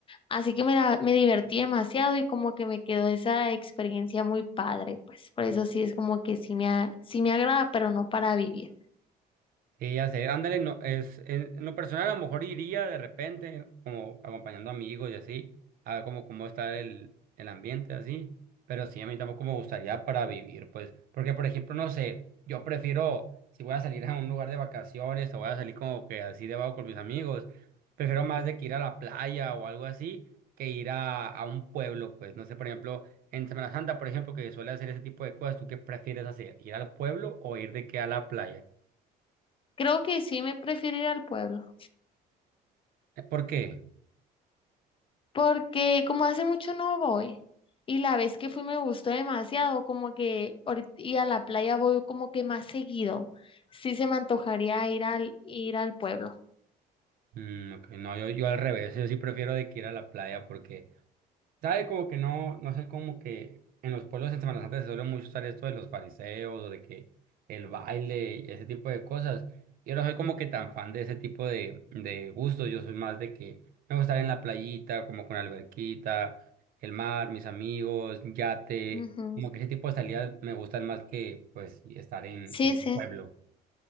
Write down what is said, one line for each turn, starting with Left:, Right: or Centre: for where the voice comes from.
Left: Así que me, la- me divertí demasiado y como que me quedó esa experiencia muy padre. Pues por eso sí es como que sí me, a- sí me agrada, pero no para vivir.
Right: Sí, ya sé, ándale, no, es, en, en lo personal a lo mejor iría de repente, como acompañando amigos y así, a ver cómo, cómo está el, el ambiente así, pero sí, a mí tampoco me gustaría para vivir, pues, porque por ejemplo, no sé, yo prefiero, si voy a salir a un lugar de vacaciones o voy a salir como que así de vago con mis amigos, prefiero más de que ir a la playa o algo así, que ir a, a un pueblo, pues, no sé, por ejemplo, en Semana Santa, por ejemplo, que suele hacer ese tipo de cosas, ¿tú qué prefieres hacer? ¿Ir al pueblo o ir de que a la playa?
Left: Creo que sí me prefiero ir al pueblo.
Right: ¿Por qué?
Left: porque como hace mucho no voy y la vez que fui me gustó demasiado, como que ahorit- y a la playa voy como que más seguido. Sí se me antojaría ir al ir al pueblo.
Right: Mm, ok, No, yo, yo al revés, yo sí prefiero de que ir a la playa porque, ¿sabe? Como que no, no sé, como que en los pueblos en Semana Santa se suele mucho usar esto de los fariseos o de que el baile y ese tipo de cosas. Yo no soy como que tan fan de ese tipo de, de gustos, yo soy más de que me gusta estar en la playita, como con alberquita, el mar, mis amigos, yate,
Left: Ujú.
Right: como que ese tipo de salidas me gustan más que pues estar en,
Left: Sí,
Right: en
Left: sí.
Right: un pueblo.